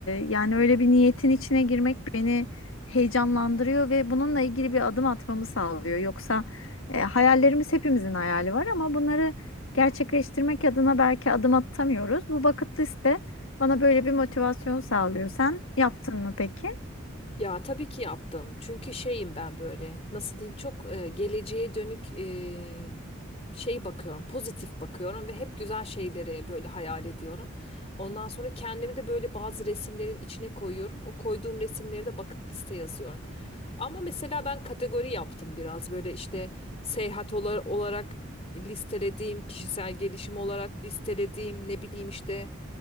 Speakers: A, on the left; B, on the left.
A: yani öyle bir niyetin içine girmek beni heyecanlandırıyor ve bununla ilgili bir adım atmamı sağlıyor. Yoksa e, hayallerimiz hepimizin hayali var ama bunları gerçekleştirmek adına belki adım atamıyoruz. Bu bucket liste bana böyle bir motivasyon sağlıyor. Sen yaptın mı peki?
B: Ya tabii ki yaptım. Çünkü şeyim ben böyle nasıl diyeyim çok e, geleceğe dönük e, şey bakıyorum, pozitif bakıyorum ve hep güzel şeyleri böyle hayal ediyorum. Ondan sonra kendimi de böyle bazı resimlerin içine koyuyorum. O koyduğum resimleri de bucket liste yazıyorum. Ama mesela ben kategori yaptım biraz böyle işte seyahat ola- olarak listelediğim, kişisel gelişim olarak listelediğim, ne bileyim işte